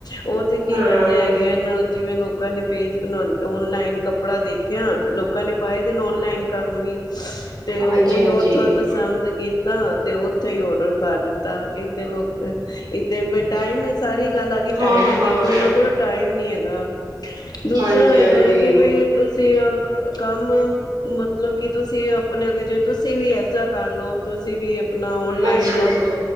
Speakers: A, on the left; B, on the right.
A: ਉਹ ਤੇ ਕੀ
B: ਹਾਂ
A: ਕਰਦੇ ਹੈਗੇ ਹਨ ਨਾ। ਜਿਵੇਂ ਲੋਕਾਂ ਨੇ ਪੇਜ ਬਣਾਉਂਦੇ ਔਨਲਾਈਨ ਕੱਪੜਾ ਦੇਖ। ਕਿ ਲੋਕਾਂ ਨੇ ਪਾਏ ਦੇ ਨੇ ਔਨਲਾਈਨ ਕੰਮ ਵੀ, ਤੇ ਉਹੀ
B: ਹਾਂਜੀ ਹਾਂਜੀ
A: ਓਥੋਂ ਪਸੰਦ ਕੀ ਤਾਂ ਤੇ ਉੱਥੇ ਹੀ ਔਡਰ ਕਰ ਦਿੱਤਾ। ਤਾਂ ਇੱਥੇ ਲੋਕ ਇਕ ਤੇ ਟਾਈਮ ਸਾਰੀ ਗੱਲ ਆ ਗਈ ਟਾਈਮ
B: ਹਾਂ ਹਾਂ
A: ਦੀ, ਕਿ ਉਹਨਾਂ ਕੋਲ ਟਾਈਮ ਨੀ ਹੈਗਾ। ਦੂਸਰਾ
B: ਹਾਂਜੀ
A: ਹੈਗਾ
B: ਹਾਂਜੀ
A: ਕਿ ਬਈ ਤੇ ਕੰਮ ਮਤਲਬ ਕਿ ਤੁਸੀਂ ਆਪਣੇ ਅੱਗੇ ਚ ਤੁਸੀਂ ਵੀ ਐਸਾ ਕਰ ਲਓ ਤੁਸੀਂ ਵੀ ਔਨਲਾਈਨ,
B: ਅੱਛਾ ਅੱਛਾ